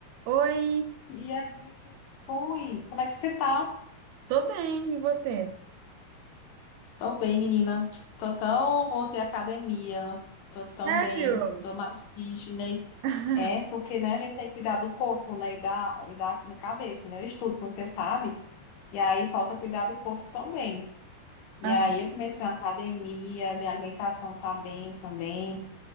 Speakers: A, on the right; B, on the left.
A: Oi,
B: E aí, oi, como é que você tá?
A: tô bem, e você?
B: Tô bem, menina. Tô tão, voltei à academia. Tô
A: Sério?
B: tão bem, tô mais fitness.
A: <laughs>
B: É, porque, né, a gente tem que cuidar do corpo, né, e da, e da, da cabeça, né? Eu estudo, como você sabe. E aí falta cuidar do corpo também. E
A: Ah,
B: aí eu comecei a academia, minha alimentação tá bem também.